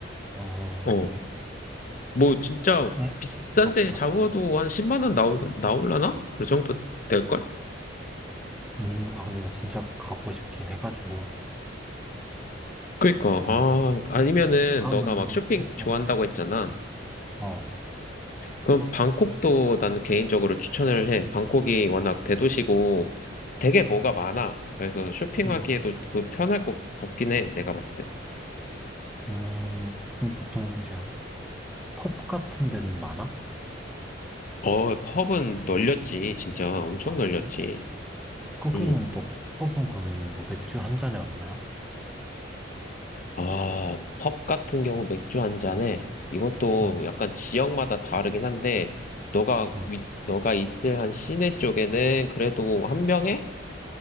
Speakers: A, in the centre; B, on the left (about 45°).
A: 어,
B: 어,
A: 어,
B: 뭐, 진짜,
A: 네?
B: 비싼데
A: 생각보다.
B: 잡아도 한 10만 원 나올, 나올라나? 그 정도 될걸?
A: 음, 아, 근데 나 진짜 가고 싶긴 해가지고.
B: 그니까, 아,
A: 음,
B: 아니면은,
A: 그러면,
B: 너가 막 쇼핑
A: 어,
B: 좋아한다고 했잖아.
A: 어, 어,
B: 그럼 방콕도 나는 개인적으로 추천을 해. 방콕이 워낙 대도시고 되게 뭐가 많아. 그래서 쇼핑하기에도
A: 음,
B: 그 편할 것 같긴 해, 내가 봤을 때.
A: 음, 그럼 보통 이제 펍 같은 데는 많아?
B: 어, 펍은 널렸지, 진짜. 엄청
A: 아,
B: 널렸지.
A: 그래? 거기는
B: 응.
A: 또, 펍은 그럼 뭐 맥주 한 잔에 얼마야?
B: 아, 펍 같은 경우 맥주 한 잔에 이것도
A: 음,
B: 약간 지역마다 다르긴 한데 너가
A: 음.
B: 위, 너가 있을 한 시내 쪽에는 그래도 한 병에